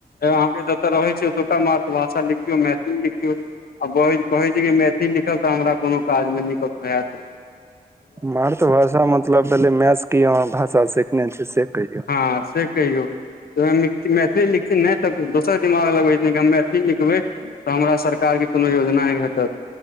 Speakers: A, on the left; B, on the right.
A: अहाँके जतय रहैत छैय ओतुका मातृभाषा लिखियौ मैथिली लिखियौ। आ बहिन कहैत छैय कि मैथिल लिखब तऽ हमरा कुनु काज मे नै त प्रयास
B: मातृभाषा मतलब भेलै मैसँ की अहाँ भाषा सिखने छीय से कहियौ।
A: हाँ से कहियौ। मैथिली लिखथिन नहि तऽ दोसर दिमाग लगबै थिन कि हम मैथिली लिखबै। तऽ हमरा सरकारके कुनो योजना नहि भेटत।